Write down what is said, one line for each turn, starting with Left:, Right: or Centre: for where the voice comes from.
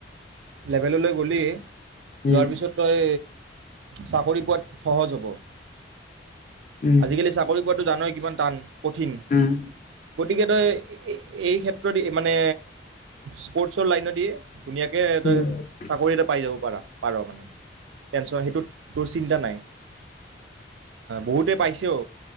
Right: লেভেললৈ গ'লি
Left: উম,
Right: যোৱাৰ পিছত তই চাকৰি পোৱাত সহজ হ'ব।
Left: উম,
Right: আজিকালি চাকৰি <unintelligible> তো জানোই কিমান টান। কঠিন
Left: উম
Right: গতিকে তই এই ক্ষেত্ৰ দি মানে স্পৰ্টছৰ লাইন দি ধুনীয়াকে
Left: উম,
Right: চাকৰি এটা পাই যাব পাৰ পাৰ মানে টেনশ্যন সেইটো তোৰ চিন্তা নাই। বহুতে পাইছও,